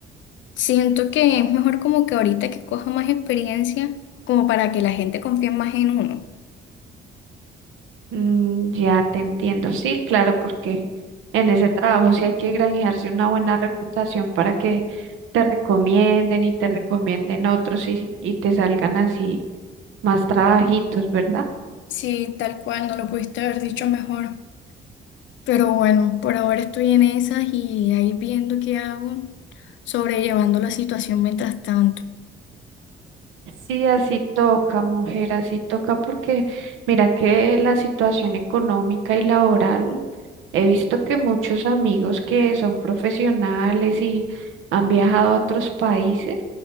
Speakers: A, on the left; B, on the right.
A: siento que es mejor como que ahorita que coja más experiencia, como para que la gente confíe más en uno.
B: Mm, ya te entiendo. Sí, claro, porque en ese trabajo sí hay que granjearse una buena reputación para que te recomienden y te recomienden otros y, y te salgan así más trabajitos, ¿verdad?
A: Sí, tal cual, no lo pudiste haber dicho mejor. Pero bueno, por ahora estoy en esas y ahí viendo qué hago, sobrellevando la situación mientras tanto.
B: Sí, así toca, mujer, así toca porque mira que la situación económica y laboral, he visto que muchos amigos que son profesionales y han viajado a otros países,